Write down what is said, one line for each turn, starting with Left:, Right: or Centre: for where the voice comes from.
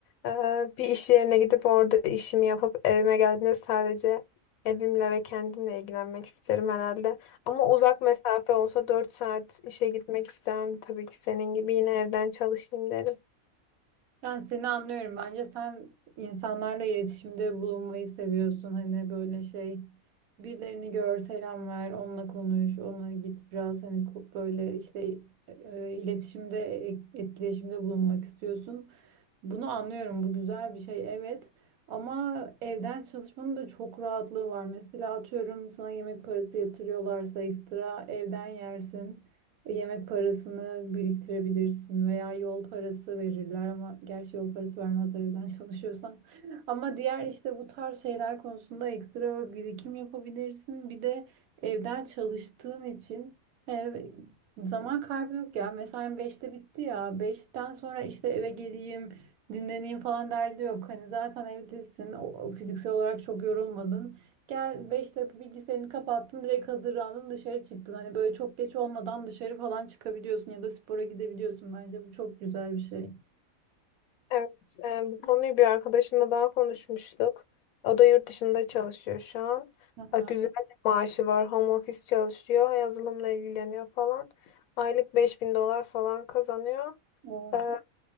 Left: Ee, bir iş yerine gidip orada işimi yapıp evime geldiğimde sadece evimle ve kendimle ilgilenmek isterim herhalde. Ama uzak mesafe olsa 4 saat işe gitmek istemem. Tabii ki senin gibi yine evden çalışayım derim.
Right: Yani seni anlıyorum. Bence sen insanlarla iletişimde bulunmayı seviyorsun. Hani böyle şey birilerini gör, selam ver, onunla konuş, ona git biraz hani ko- böyle işte e, e, iletişimde, e- etkileşimde bulunmak istiyorsun. Bunu anlıyorum. Bu güzel bir şey. Evet. Ama evden çalışmanın da çok rahatlığı var. Mesela atıyorum sana yemek parası yatırıyorlarsa ekstra evden yersin. Yemek parasını biriktirebilirsin veya yol parası verirler ama gerçi yol parası vermezler evden çalışıyorsan. <laughs> Ama diğer işte bu tarz şeyler konusunda ekstra birikim yapabilirsin. Bir de evden çalıştığın için hani zaman kaybı yok ya. Mesain 5'te bitti ya. 5'ten sonra işte eve geleyim. Dinleneyim falan derdi yok. Hani zaten evdesin. O, o fiziksel olarak çok yorulmadın. Gel 5 dakika bilgisayarını kapattın. Direkt hazırlandın dışarı çıktın. Hani böyle çok geç olmadan dışarı falan çıkabiliyorsun ya da spora gidebiliyorsun bence. Bu çok güzel bir şey.
Left: Evet, e, bu konuyu bir arkadaşımla daha konuşmuştuk. O da yurt dışında çalışıyor şu an.
Right: Hı hı.
Left: E, Güzel bir maaşı var, home office çalışıyor, yazılımla ilgileniyor falan. Aylık 5000 dolar falan kazanıyor.
Right: O
Left: E,
Right: çok.